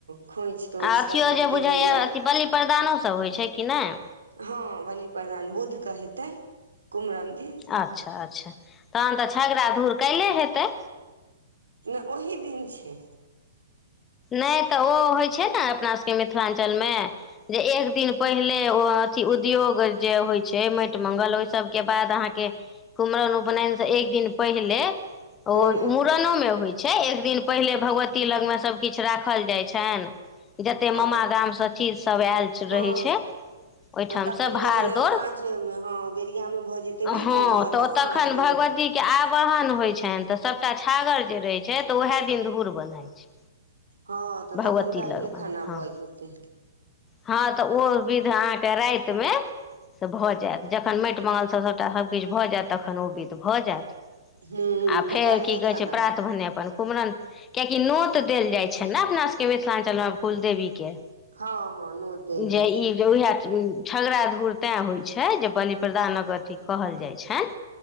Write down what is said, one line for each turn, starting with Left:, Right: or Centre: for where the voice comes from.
Right: खोंछि तोछि
Left: आ अथियो
Right: सब जते
Left: जे बुझाइय
Right: होइया
Left: अथि बलि प्रदानो सब होइ छै कि नहि
Right: हँ बलि प्रदान बुध के हेतै कुमरम दिन
Left: अच्छा अच्छा तहन तऽ झगड़ा धूड़ काल्हिये हेतै
Right: नहि ओही दिन छै
Left: नहि तऽ ओ होइ छै ने अपना सभके मिथिलांचल मे जे एक दिन पहिले ओ अथि उद्योग जे होइ छै माटि मंगल ओहि सभके बाद अहाँके कुमरम उपनयनसँ एक दिन पहिले ओ
Right: हूँ
Left: मूड़नोमे होइ छै एक दिन पहिले भगवती लगमे सब किछु राखल जाइत छनि जते
Right: हँ
Left: मामा
Right: तऽ
Left: गामसँ चीज सब आयल
Right: हँ
Left: रहै छै। ओहिठाम
Right: तऽ तखन
Left: से भाड़-दोड़,
Right: बुझैया साँझे मे हँ बेरिया मे भऽ जेतै माटि
Left: हँ
Right: मंगल
Left: तऽ ओ
Right: आ साँझ
Left: तखन भगवती
Right: मे
Left: के आवाहन होय छनि तऽ सबटा छागर जे रहे छै तऽ उएहे दिन धूर बन्हाइ छै।
Right: हँ तऽ
Left: भगवती
Right: तखन काल्हिये
Left: लगमे
Right: खुना
Left: हँ
Right: भऽ जेतै।
Left: हँ तऽ ओ विध अहाँके रातिमे से भऽ जायत, जखन माटि मंगलसँ सभटा सभ किछु भऽ जायत तखन ओ विध भऽ जायत
Right: हूँ
Left: आ
Right: तऽ
Left: फेर
Right: काल्हिये
Left: की कहै
Right: खाना
Left: छै प्रात भने अपन कुमरम कियाकि नोत देल जाइ छै ने अपना सभके मिथिलांचलमे कुलदेवीके!
Right: हँ हँ, नोत देल जाइ
Left: जे ई
Right: छै
Left: जे उएह झगड़ा धूड़ तैँ होइत छै जे बलि प्रदानक अथी कहल जाइत छनि